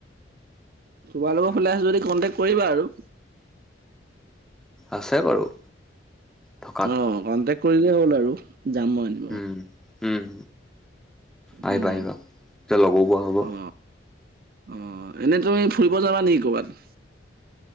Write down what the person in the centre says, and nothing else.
আছে বাৰু থকাত
উম উম আহিবা
আহিবা তেতিয়া লগো পোৱা হ'ব